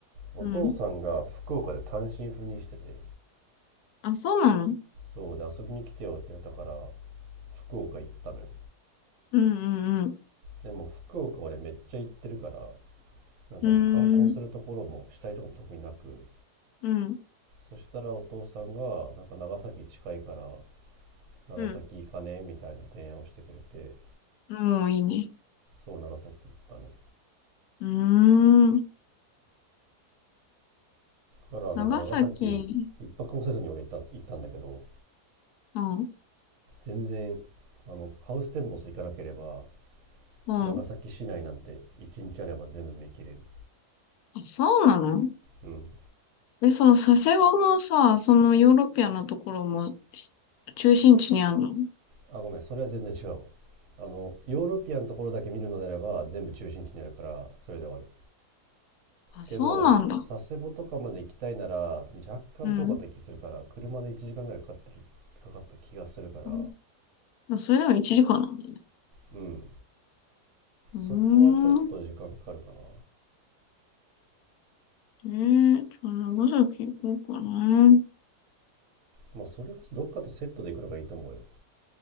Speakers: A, on the right (about 60°); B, on the left (about 75°).
A: お父さんが福岡で単身赴任してて
B: うん。あ、そうなの
A: そうで遊びに来てよって言われたから福岡行ったのよ
B: うんうん
A: でも福岡俺めっちゃ行ってるからなんかもう観光するところもしたいとこも特になく
B: うん。うーん。うん。
A: そしたらお父さんがなんか長崎近いから長崎行かねえみたいな提案をしてくれて
B: うん。もういいね。
A: そう長崎行ったね
B: うーん。
A: だからなんか長崎一泊もせずに俺行った行ったんだけど
B: 長崎。うん。
A: 全然あのハウステンボス行かなければ
B: うん。
A: 長崎市内なんて一日あれば全部見切れる
B: あ、そうなの
A: うん
B: で、その佐世保もさ、そのヨーロピアなところもし中心地にあるの
A: あ、ごめん、それは全然違うわ。あの、ヨーロピアンのところだけ見るのであれば、全部中心地にあるから、それで終わる。
B: あ、そうなんだ。
A: けど、佐世保とかまで行きたいなら、若干遠かった気するから、
B: うん。
A: 車で1時間ぐらいかかってる、かかった気がするから、
B: うそれでも1時間なんだね。
A: うん。
B: うー
A: そこはちょっと時間かかるかな。
B: ん。えー、じゃあ長崎行こうかな。
A: まあ、それこそどっかとセットで行くのがいいと思うよ。